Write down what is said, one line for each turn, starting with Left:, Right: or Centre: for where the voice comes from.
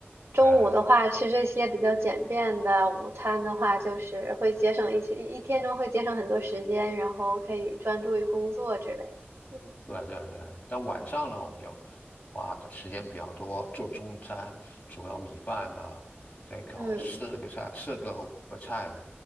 Right: 中午的话吃这些比较简便的午餐的话，
Left: 呃，
Right: 就是会节省一些一天中会节省很多时间，然后可以专注于工作之类的。嗯
Left: 对啊对啊对啊，但晚上呢，我们就花的时间比较多，做中餐，主要米饭呢，再搞四个菜，
Right: 嗯。
Left: 四个和五个菜呢，